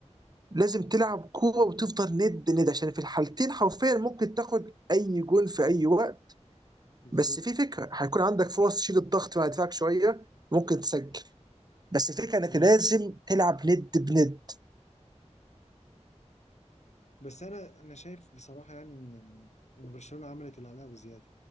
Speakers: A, on the right; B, on the left.
A: لازم تلعب كوره وتفضل ند ند عشان في الحالتين حرفيا ممكن تاخد اي جول في اي وقت
B: بالظبط
A: بس في فكره هيكون عندك فرص تشيل الضغط مع دفاعك شويه ممكن تسجل بس الفكره انك
B: امم
A: لازم تلعب ند بند
B: بس انا انا شايف بصراحة يعني ان ان برشلونة عملت اللي عليها وزيادة